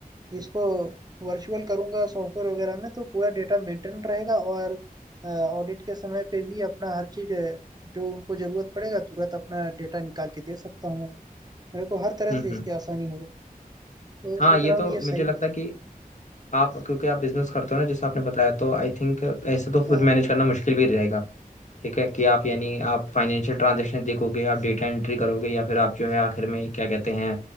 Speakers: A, on the right; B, on the left.
A: इसको वर्चुअल करूंगा सॉफ्टवेयर वगैरह में तो पूरा डेटा मेंटेन रहेगा और ऑडिट के समय पे भी अपना हर चीज अ, जो उनको जरूरत पड़ेगा तुरंत अपना डेटा निकाल के दे सकता हूँ मैं मेरे को हर तरह
B: हम्म
A: से इसकी
B: हम्म
A: आसानी हो जाए तो
B: हाँ
A: सोच
B: ये
A: रहा
B: तो
A: हूँ ये सही
B: मुझे लगता
A: है।
B: है कि आप क्योंकि आप बिजनेस करते हो ना जैसे आपने बताया तो आई थिंक ऐसे तो खुद
A: अ,
B: मैनेज करना मुश्किल भी रहेगा ठीक है कि आप यानी आप फाइनेंशियल ट्रांजैक्शन देखोगे आप डेटा एंट्री करोगे या फिर आप जो है आखिर में क्या कहते हैं